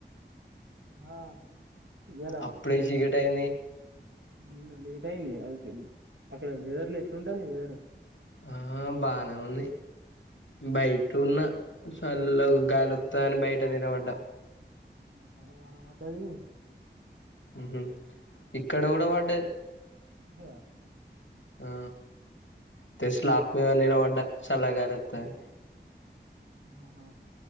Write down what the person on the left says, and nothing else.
అప్పుడే చీకటి అయింది
ఆ బానే ఉంది బయట ఉన్న చల్ల
గాలొత్తా అని బయట నిలబడ్డ
ఉ ఇక్కడ కూడా వడ్డది
ఆ దె స్లాబ్ కు నిలబడ్డ చల్లగాలు వస్తదని